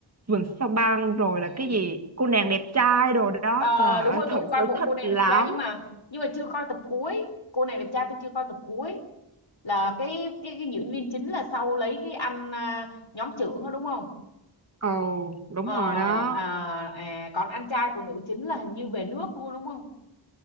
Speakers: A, on the right; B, on the left.
A: vườn sao băng rồi là
B: ừ.
A: cái gì cô nàng đẹp trai đồ đó
B: Ờ,
A: trời
B: đúng
A: ơi
B: rồi
A: thời
B: tôi cũng coi
A: xưa
B: bộ
A: thích
B: cô nàng
A: lắm
B: đẹp trai nhưng mà nhưng mà chưa coi tập cuối cô nàng đẹp trai tôi chưa coi tập cuối là cái cái, cái diễn viên chính là sau lấy cái anh à, nhóm trưởng đó đúng không
A: ồ đúng
B: Ờ,
A: rồi đó
B: à, à, còn anh trai của nữ chính là hình như về nước luôn đúng không?